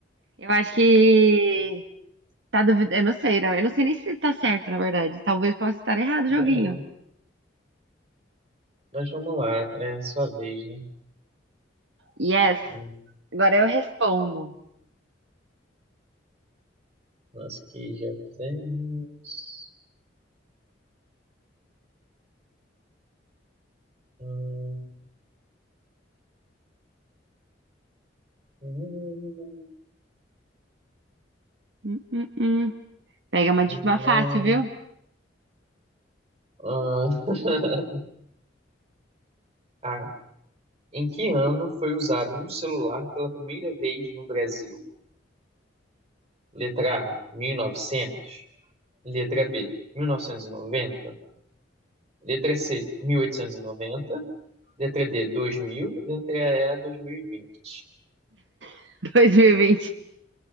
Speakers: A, on the right (about 75°); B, on the right (about 35°).
A: Eu acho que tá duvidando. Eu não sei, não. Eu não sei nem se tá certo, na verdade. Talvez possa estar errado
B: É,
A: o joguinho.
B: mas vamos lá, é a sua vez, né?
A: Yes.
B: Hum,
A: Agora eu respondo.
B: Nós que já fizemos. Hum, hum,
A: Hum, hum, hum. Pega uma, de-
B: Não.
A: uma fácil, viu?
B: Ah, <laughs> ah, em que ano foi usado um celular pela primeira vez no Brasil? Letra A, 1900. Letra B, 1990. Letra C, 1890. Letra D, 2000. Letra E, dois mil e vinte
A: <laughs> dois mil e vinte